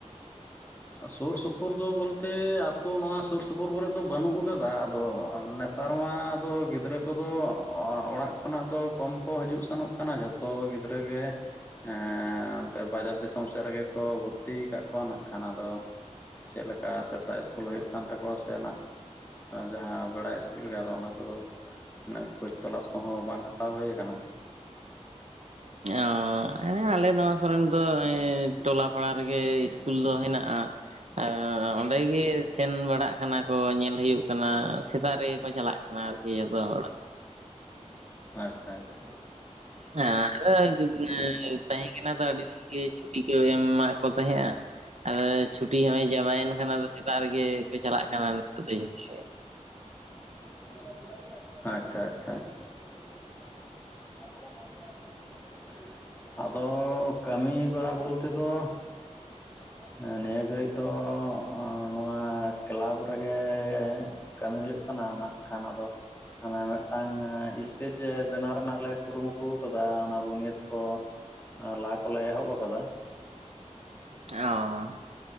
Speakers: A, on the left; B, on the right.
A: ᱥᱩᱨ ᱥᱩᱯᱩᱨ ᱫᱚ ᱵᱚᱞᱛᱮ ᱟᱹᱛᱩ ᱱᱚᱣᱟ ᱥᱩᱨ ᱥᱩᱯᱩᱨ ᱠᱚᱨᱮᱫ ᱫᱚ ᱵᱟᱹᱱᱩᱜ ᱟᱠᱟᱫᱟ ᱟᱫᱚ ᱱᱮᱛᱟᱨ ᱢᱟ ᱟᱫᱚ ᱜᱤᱫᱽᱨᱟᱹ ᱠ ᱠᱚᱫᱚ ᱚ-ᱚᱲᱟᱜ ᱠᱷᱚᱱᱟᱜ ᱫᱚ ᱠᱚᱢ ᱠᱚ ᱦᱤᱡᱩᱜ ᱥᱮᱱᱚᱜ ᱠᱟᱱᱟ ᱡᱷᱚᱛᱚ ᱜᱤᱫᱽᱨᱟᱹ ᱜᱮ ᱦᱮᱸᱻ ᱚᱱᱛᱮ ᱵᱟᱡᱟᱨ ᱫᱤᱥᱚᱢ ᱥᱮᱫ ᱨᱮᱜᱮ ᱠᱚ ᱵᱷᱚᱨᱛᱤᱣ ᱠᱟᱜ ᱠᱚᱣᱟ ᱱᱟᱜ ᱠᱷᱟᱱ ᱟᱫᱚ ᱪᱮᱫ ᱞᱮᱠᱟ ᱥᱮᱛᱟᱜ ᱤᱥᱠᱩᱞ ᱦᱩᱭᱩᱜ ᱠᱟᱱ ᱛᱟᱠᱚᱣᱟ ᱥᱮ ᱡᱟᱦᱟᱸ ᱵᱮᱲᱟ ᱤᱥᱠᱩᱞ ᱜᱮ ᱟᱫᱚ ᱚᱱᱟ ᱠᱚᱫᱚ ᱤᱱᱟᱹᱜ ᱠᱷᱳᱡᱽ ᱛᱚᱞᱟᱥ ᱠᱚᱦᱚᱸ ᱵᱟᱝ ᱦᱟᱛᱟᱣ ᱦᱩᱭ ᱟᱠᱟᱱᱟ᱾ <inaudible>
B: ᱚᱻ ᱦᱮᱸ ᱟᱞᱮ ᱱᱚᱣᱟ ᱠᱚᱨᱮᱱ ᱫᱚ ᱮᱸ ᱴᱚᱞᱟ ᱯᱟᱲᱟ ᱨᱮᱜᱮ ᱤᱥᱠᱩᱞ ᱫᱚ ᱦᱮᱱᱟᱜᱼᱟ ᱦᱟᱸᱜ᱾ ᱟᱻ ᱚᱸᱰᱮ ᱜᱮᱤ ᱥᱮᱱ ᱵᱟᱲᱟᱜ ᱠᱟᱱᱟ ᱠᱚ ᱧᱮᱞ ᱦᱩᱭᱩᱜ ᱠᱟᱱᱟ ᱥᱮᱛᱟᱜ ᱨᱮᱜᱮ ᱠᱚ ᱪᱟᱞᱟᱜ ᱟᱢᱮ ᱟᱟᱨᱠᱤ ᱫᱚ ᱚᱲ᱾
A: ᱟᱪᱷᱟ ᱟᱪᱪᱷᱟ᱾
B: ᱦᱮᱸ ᱟᱫᱚ ᱟᱹᱰᱤ ᱫᱤᱱ ᱛᱟᱦᱮᱸ ᱠᱟᱱᱟ ᱛᱚ ᱟᱹᱰᱤ ᱫᱤᱱ ᱜᱮ ᱪᱷᱚ ᱪᱷᱩᱴᱤ ᱠᱚ ᱮᱢ ᱢᱟᱫ ᱠᱚ ᱛᱟᱦᱮᱸᱜᱼᱟ, ᱟᱫᱚᱟᱫᱚ ᱪᱷᱩᱴᱤ ᱦᱚᱸ-ᱚᱭ ᱪᱟᱵᱟᱭᱮᱱ ᱠᱷᱟᱱ ᱟᱫᱚ- ᱛᱟᱜ ᱨᱮᱜᱮ ᱠᱚ ᱪᱟᱞᱟᱜ ᱠᱟᱱᱟ ᱱᱤᱛᱚᱜ ᱫᱚ ᱡᱷᱚᱛᱚ ᱜᱮ᱾
A: <inaudible> ᱟᱪᱪᱷᱟ ᱟᱪᱪᱷᱟ ᱟᱪᱪᱷᱟ᱾ <inaudible> ᱟᱫᱚ ᱠᱟᱹᱢᱤ ᱵᱟᱲᱟ ᱵᱚᱞᱛᱮ ᱫᱚ ᱮᱸ ᱱᱤᱭᱟᱹ ᱜᱷᱟᱹᱲᱤᱡ ᱫᱚ ᱚ ᱚ ᱱᱚᱣᱟ ᱟᱸ ᱠᱮᱞᱟᱵᱽ ᱨᱮᱜᱮ ᱠᱟᱹᱢᱤ ᱦᱩᱭᱩᱜ ᱠᱟᱱᱟ ᱱᱟᱜ ᱠᱷᱟᱱ ᱟᱫᱚ ᱦᱟᱱᱟ ᱢᱤᱫᱴᱟᱝ ᱤᱥᱴᱮᱡ ᱵᱮᱱᱟᱣ ᱨᱮᱱᱟᱜ ᱞᱮ ᱠᱩᱨᱩᱢᱩᱴᱩᱣ ᱟᱠᱟᱫᱟ ᱚᱱᱟ ᱵᱩᱱᱭᱟᱹᱫ ᱠᱚ ᱟ ᱞᱟ ᱠᱚᱞᱮ ᱮᱦᱚᱵ ᱟᱠᱟᱫᱟ᱾
B: ᱚ